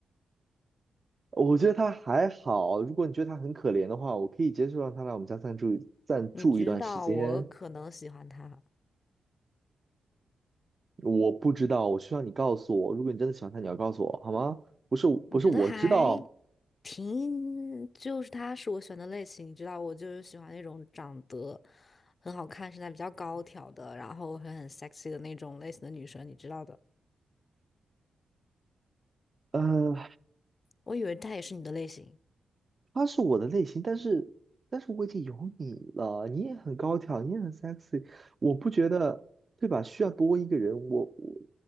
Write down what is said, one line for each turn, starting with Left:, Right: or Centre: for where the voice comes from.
Right: 我觉得他还好，如果你觉得他很可怜的话，我可以接受让他来我们家暂住暂住一段时间。
Left: 你知道我可能喜欢她。
Right: 我不知道，我需要你告诉我。如果你真的喜欢他，你要告诉我好吗？不是，
Left: 我觉得还
Right: 不是，我知道，
Left: 挺，就是他是我选的类型，你知道，我就是喜欢那种长得很好看、身材比较高挑的，然后很很 sexy 的那种类型的女生，你知道的。
Right: 呃，
Left: 我以为她也是你的类型。
Right: 他是我的类型，但是，但是我已经有你了，你也很高挑，你也很 sexy，我不觉得，对吧？需要多一个人，我我